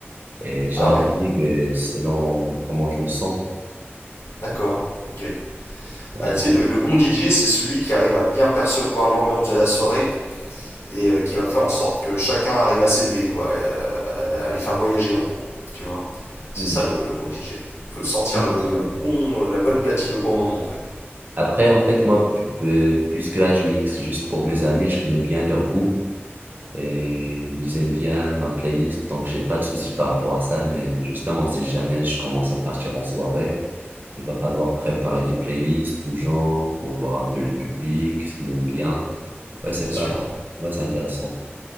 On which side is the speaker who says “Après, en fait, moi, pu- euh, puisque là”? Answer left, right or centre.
Right